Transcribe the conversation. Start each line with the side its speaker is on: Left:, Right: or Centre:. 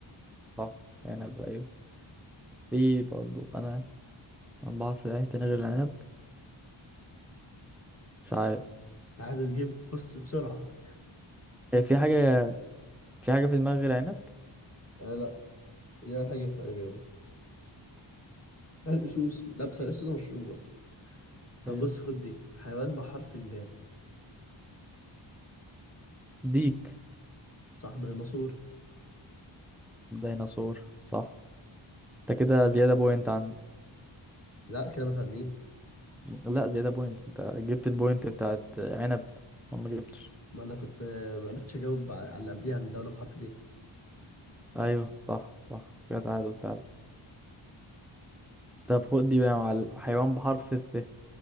Centre: صح عنب ايوه في برضو انا أنا بحرف العين تاني غير العنب مش عارف
Left: عاد تجيب بص بسرعة
Centre: هي في حاجة في حاجة في دماغي غير عنب
Left: آه لا دي أول حاجة في بالي الأسوس لا بس الأسوس ده مشروب أصلا طب
Centre: ايوه
Left: بص خد دي حيوان بحرف الدال
Centre: ديك
Left: صح ديناصور
Centre: ديناصور صح انت كده زيادة بوينت عن
Left: لا كده متعادلين
Centre: لا زيادة بوينت انت جبت البوينت بتاعت عنب وانا ما جبتش
Left: ما أنا كنت آه، معرفتش أجاوب على اللي قبليها على الدولة بحرف الإيه
Centre: ايوه صح صح كده تعادل فعلا طب خد دي بقى يا معلم حيوان بحرف الت